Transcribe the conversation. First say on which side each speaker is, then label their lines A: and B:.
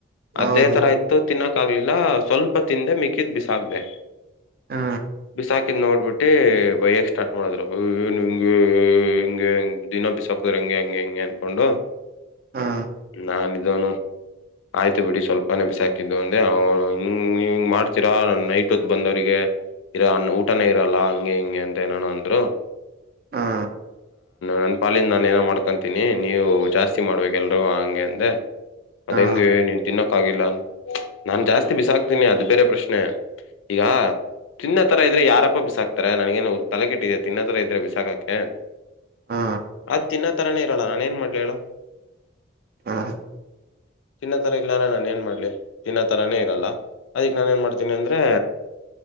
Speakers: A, on the right (about 50°); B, on the left (about 80°).
A: ಹೌದು
B: ಅದೇ ತರ ಇತ್ತು ತಿನ್ನಕ್. ಕ ಆಗ್ಲಿಲ್ಲ ಸ್ವಲ್ಪ ತಿಂದೆ ಮಿಕ್ಕಿದ್ ಬಿಸಾಕ್ಡೆ.
A: ಹಾ
B: ಬಿಸಾಕಿದ್ದು ನೋಡ್ಬಿಟ್ಟು ಬೈಯಕ್ ಸ್ಟಾರ್ಟ್ ಮಾಡಿದ್ರು ಓಯೆ ಎನ್ ಹಿಂಗೆ ಹಂಗಗೆ ಹಿಂಗೆ ಹಂಗ ದಿನ ಬಿಸಾಕದ್ರ ಹಂಗೆ ಹಂಗೆ ಹಂಗೆ ಅನ್ಕೊಂಡು
A: ಹಾ
B: ನಾನಿದ್ದವನು ಆಯ್ತು ಬಿಡಿ ಸ್ವಲ್ಪನೇ ಬಿಸಾಕಿದ್ದು ಅಂದೆ ಅವ್ನು ಹಿಂಗೆ ನೀ ಹಿಂಗೆ ಮಾಡ್ತೀರಾ ನೈಟ್ ಹೊತ್ತು ಬಂದವರಿಗೆ ಇರ ಅ ಊಟನೇ ಇರಲ್ಲ ಹಂಗೆ ಹಿಂಗೆ ಅಂತ ಏನಾನ ಅಂದ್ರು
A: ಹಾ
B: ನನ್ ಪಾಲಿಂದ ನಾನು ಏನೋ ಮಾಡ್ಕೊತೀನಿ ನೀವು ಜಾಸ್ತಿ ಮಾಡ್ಬೇಕ ಎಲ್ರುೂ ಹಂಗೆ ಅಂದೆ. ಅದ್
A: ಹಾ
B: ಹೆಂಗೆ ನೀನ್ ತಿನ್ನಕ್ಕ ಆಗಿಲ್ಲ ನಾನ್ ಜಾಸ್ತಿ ಬಿಸಾಕ್ತೀನಿ ಅದು ಬೇರೆ ಪ್ರಶ್ನೆ ಈಗ. ತಿನ್ನ ತರ ಇದ್ರೆ ಯಾರಪ್ಪ ಬಿಸಾಕ್ತಾರೆ ನನಗೇನು ತಲೆ ಕೆಟ್ಟಿದೆ ತಿನ್ನ ತರ ಇದ್ರೆ ಬಿಸಾಕಾಕೆ.
A: ಹಾ
B: ಆ ತಿನ್ನ ತರಾನೇ ಇರಲ್ಲ ನಾನೇನು ಮಾಡಲಿ ಹೇಳು.
A: ಹ ಹಾ.
B: ತಿನ್ನತರ ಇಲ್ಲಲ್ಲ ನಾನು ಏನ್ ಮಾಡ್ಲಿ ತಿನ್ನತರಾನೇ ಇರಲ್ಲ ಅದಿಕ್ ನಾನ ಏನ್ ಮಾಡತೀನಿ ಅಂದ್ರೆ.